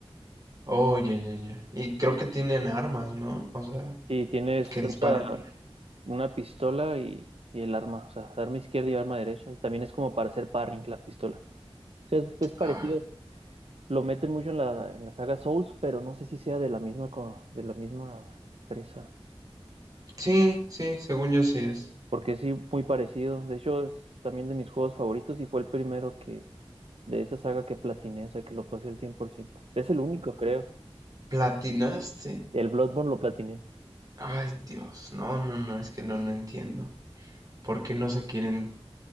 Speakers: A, on the right; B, on the right.
A: Oh, ya, ya, ya. Y creo que tienen armas, ¿no? O sea,
B: Sí, tienes,
A: que disparan.
B: usa una pistola y, y el arma, o sea, arma izquierda y arma derecha. Y también es como para hacer parring la pistola. O sea, es, es parecido.
A: Ah,
B: Lo meten mucho en la, en la saga Souls, pero no sé si sea de la misma, co- de la misma empresa.
A: sí, sí, según yo sí es.
B: porque sí, muy parecido. De hecho, es también de mis juegos favoritos y fue el primero que de esa saga que platiné, o sea, que lo pasé al cien por ciento Es el único, creo.
A: Platinaste.
B: El Bloodborne lo platiné.
A: Ay, Dios. No, no, no, es que no, no entiendo. ¿Por qué no se quieren